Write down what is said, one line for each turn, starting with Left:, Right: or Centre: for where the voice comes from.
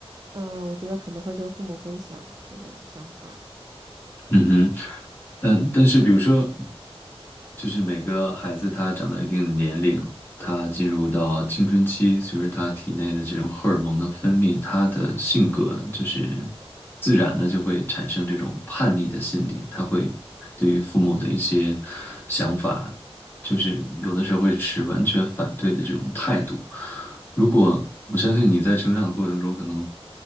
Right: 嗯，我觉得可能会跟父母分享这种想法。
Left: 嗯哼，嗯，但是比如说，就是每个孩子他长到一定年龄，他进入到青春期，随着他体内的这种荷尔蒙的分泌，他的性格就是自然的就会产生这种叛逆的心理，他会对于父母的一些想法，就是有的时候会持完全反对的这种态度。如果我相信你在成长的过程中，可能